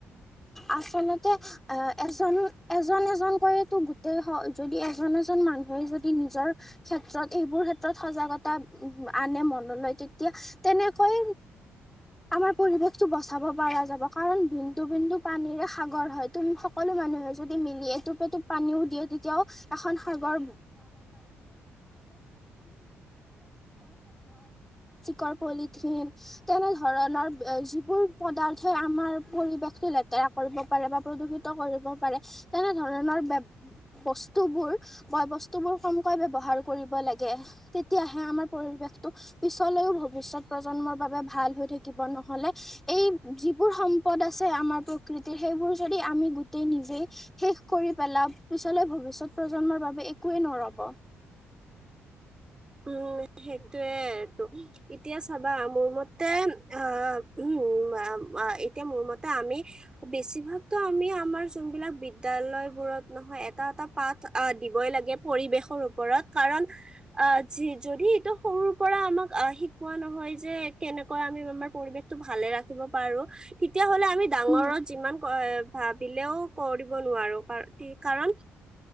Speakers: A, in the centre; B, on the right.
A: আচলতে আহ, এজন এজন এজন এজনকৈয়েতো গোটেই স যদি এজন, এজন মানুহে যদি নিজৰ ক্ষেত্ৰত এইবোৰ ক্ষেত্ৰত সজাগতা আনে মনলৈ তেতিয়া তেনেকৈ আমাৰ পৰিৱেশটো বচাব পৰা যাব। কাৰণ বিন্দু বিন্দু পানীৰে সাগৰ হয়, তুম সকলো মানুহে যদি মিলি এটোপ এটোপ পানীও দিয়ে তেতিয়াও এখন সাগৰ ব <inaudible> ৰ পলিথিন, তেনেধৰণৰ যিবোৰ পদাৰ্থ আমাৰ পৰিৱেশতো লে ৰা কৰিব পাৰে বা প্ৰদূষিত কৰিব পাৰে। তেনেধৰণৰ ব বস্তুবোৰ বয় বস্তু বোৰ কমকৈ ব্যৱহাৰ কৰিব লাগে। তেতিয়াহে আমাৰ পৰিৱেশতটো পিছলৈও ভৱিষ্যত প্ৰজন্মৰ বাবে ভাল হৈ থাকিব। নহ'লে এই যিবোৰ সম্পদ আছে আমাৰ কৃতিৰ সেইবোৰ যদি আমি গোটেই নিজেই শেষ কৰি পেলাও, পিছলে ভৱিষ্যত প্ৰজন্মৰ বাবে একোৱেই নৰব।
B: উম, সেইটোয়েটো এতিয়া চাবা মোৰ মতে অ' উম উম, আ, আ, এতিয়া মোৰ মতে আমি বেছিভাগতো আমি আমাৰ যোনবিলাক বিদ্যালয় <unintelligible> বোৰত নহয় এটা, এটা পাঠ আহ, দিবই লাগে পৰিৱেশৰ ওপৰত, কাৰণ আ জি যদি এইটো সৰুৰ পৰা আমাক অ' শিকোৱা নহয় যে, কেনেকৈ আমি আমাৰ পৰিৱেশতটো ভালে ৰাখিব পাৰো। তেতিয়াহ'লে আমি ডাঙৰত
A: উম
B: যিমান <unintelligible> ভাবিলেও কৰিব নোৱাৰো, কা-কাৰণ